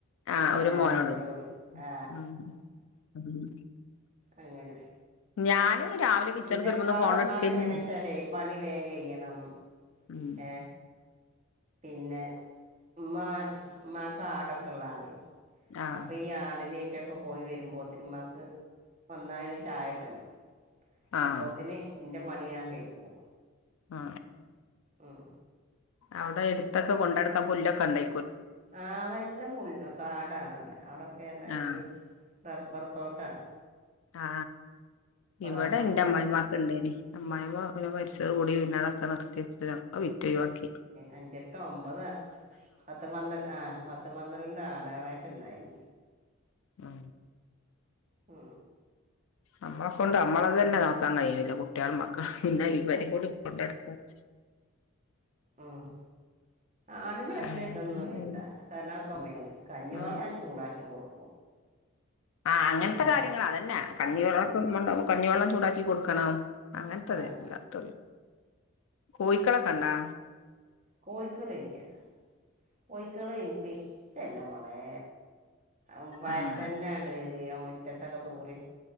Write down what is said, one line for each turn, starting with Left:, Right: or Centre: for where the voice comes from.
Left: ആഹ്
Right: പൊന്നാര
Left: ഒരു മോനള്ളു
Right: മര്വോള്. ആ
Left: ഉം ഉം
Right: അങ്ങനെ
Left: ഞാന് രാവിലെ കിച്ചണക്ക്
Right: ന്റെ
Left: വരുമ്പോന്നും
Right: അവടെമ്മാക്ക്
Left: ഫോൺ എടുക്കന്നെ
Right: എങ്ങനേച്ചാലേ പണി വേം കയ്യണം
Left: ഉം
Right: ഏ പിന്നെ ഇമ്മാ ഇമ്മാക്ക് ആടൊക്കൊള്ളാണേ.
Left: ആഹ്
Right: അപ്പ ഈ ആടിനെയ്റ്റൊ ക്ക പോയി വരുമ്പോത്തിന് ഇമ്മാക്ക് വന്നാല് ഒരു ചായട്ടണം
Left: ആഹ്
Right: അപ്പോത്തിന് ഇന്റെ പണി ഞാൻ കയ്ക്കും
Left: ആ
Right: ഉം
Left: അവ്ടെ എടുത്തൊക്കെ കൊണ്ട്ടക്കാൻ പുല്ലൊക്കേണ്ടോ?
Right: ആ നല്ലപുൽ കാടാണ് അവടെ. അവടൊക്കെ ന്ന് പറഞ്ഞാല്
Left: ആഹ്
Right: റബ്ബർ തോട്ടാണ്
Left: ആ ഇവടെ
Right: റബ്ബർക്കാണ്
Left: ഇന്റെ അമ്മായിമ്മ ആക്ക്ണ്ടേന് അമ്മായിമ്മ മരിച്ചോട്കൂടി പിന്ന അതൊക്കെ നിർത്തിവെച്ചതാ. അത് വിറ്റ് ഒയ് വാക്കി.
Right: അഞ്ചെട്ട് ഒമ്പതാ <inaudible> പത്ത് പന്ത്ര ആ പത്ത്‌ പന്ത്രണ്ട് ആട് ളാ ക്കെണ്ടായിന്
Left: ആ
Right: ഓ
Left: നമ്മളെ കൊണ്ട് നമ്മളത് തന്നെ നോക്കാൻ കയ്യിണില്ല കുട്ട്യോളും മക്കളും. പിന്നെ ഇവരിം കൂടി കൊണ്ടടുക്ക ആ...
Right: ഉം ആടിന്റെ കാര്യത്തില്
Left: ആഹ്
Right: ഇനിക്ക് ഒന്നും ഇല്യട്ടാ. കാരണക്കൊമ്മേണ്. കഞ്ഞി
Left: ആഹ്
Right: വള്ളം ഞാൻ ചൂടാക്കി കൊടുക്കും.
Left: ആ അങ്ങനത്തെ
Right: വൈകുന്നേരം
Left: കാര്യങ്ങള് അതന്നെ. കഞ്ഞിവെള്ളംക്കെന്ന്ണ്ടാവും കഞ്ഞിവെള്ളം ചൂടാക്കി കൊടുക്കണം. അങ്ങൻത്തത്
Right: ആ
Left: അല്ലാത്തല്ലാ കോഴിക്കളൊക്കെണ്ടാ?
Right: കോയ്ക്കൾ ഇല്ല്യ. കോയ്ക്കള് ഇനിക്ക് ഇഷ്ടല്ല മാളേ. മുമ്പാരത്തന്നേണ്
Left: ആഹ്
Right: ഈയ മുറ്റത്തൊക്കെ തൂറി